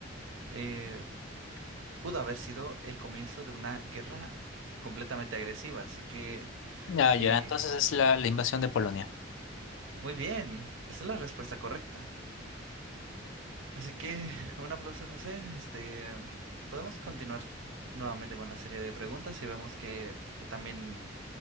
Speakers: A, on the right (about 85°); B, on the left (about 75°).
A: Eh, pudo haber sido el comienzo de una guerra completamente agresiva. Así que,
B: Ya,
A: eh,
B: ya, entonces es la, la invasión de Polonia.
A: muy bien, esa es la respuesta correcta. Así que un aplauso, José. Este, podemos continuar nuevamente con la serie de preguntas y vemos que, que también,